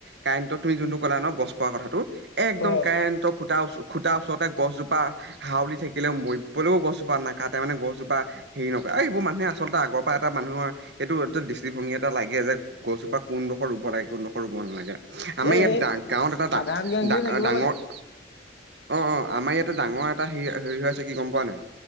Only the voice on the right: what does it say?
কাৰেণ্টত তুমি জোনটো কলা ন গছ পোৱা কথাটো। একদম
কাৰেণ্টৰ খুটা ওচ খুটটা ওচৰতে গছজোপা হাঁউলি থাকিলেও মৰিবলেও গছজোপা নাকাতে মানে গছজোপা হেৰি নকৰে এইবোৰ মানুহে আচলতে আগত পা এটা মানুহৰ এইটো দৃষ্টিভংগী এটা লাগে যে গছজোপা কোনডোখৰ ৰুব লাগে কোনডোখৰ ৰুব নালাগে। আমাৰ
ইয়াত
গাঁৱত এটা
ডা-ডা-ডাঙৰ
অ', অ', আমাৰ ইয়াতে ডাঙৰ এটা হেৰি-হেৰি হৈ আছে কি গম পোৱা নাই?